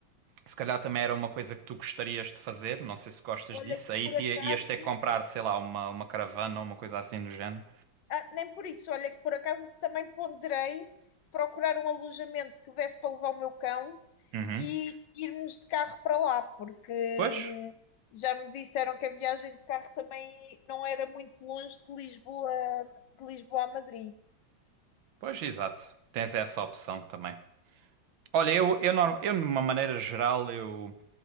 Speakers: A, on the right (about 80°); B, on the left (about 70°).
A: Se calhar também era uma coisa que tu gostarias de fazer, não sei se gostas
B: olha
A: disso.
B: que
A: Aí
B: por
A: te,
B: acaso,
A: ias ter que comprar, sei lá, uma, uma caravana ou uma coisa assim do género.
B: ah, nem por isso, olha que por acaso também ponderei procurar um alojamento que desse para levar o meu cão.
A: Uhum.
B: e irmos de carro para lá, porque
A: Pois,
B: hum, já me disseram que a viagem de carro também não era muito longe de Lisboa, de Lisboa a Madrid.
A: pois, exato. Tens essa opção também. Olha, eu, eu, norm- eu, de uma maneira geral, eu.